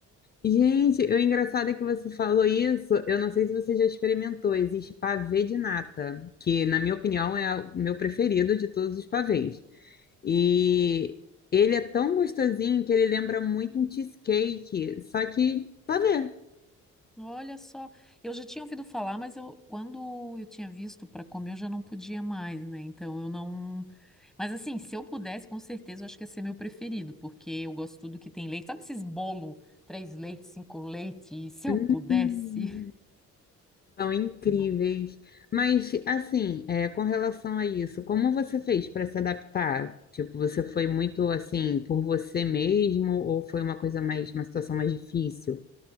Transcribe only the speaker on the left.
Gente, o engraçado é que você falou isso. Eu não sei se você já experimentou. Existe pavê de nata, que, na minha opinião, é o meu preferido de todos os pavês. E ele é tão gostosinho que ele lembra muito um cheesecake, só que pavê.
Hum.
São incríveis.
Mas, assim, é, com relação a isso, como você fez para se adaptar? Tipo, você foi muito assim por você mesmo ou foi uma coisa mais, uma situação mais difícil?